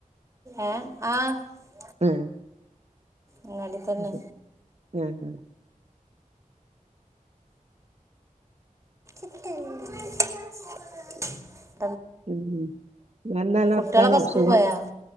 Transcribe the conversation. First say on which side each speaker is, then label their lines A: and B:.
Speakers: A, on the right; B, on the right.
A: ഏ ആ
B: ഏ
A: അങ്ങാടി തന്നെ
B: അതെ ശരി ഹ ഹ
A: ച <unintelligible>
B: ഉം നല്ല വർത്താനം
A: കുട്ടികളൊക്കെ സ്കൂൾ
B: സുഖം
A: പോയാ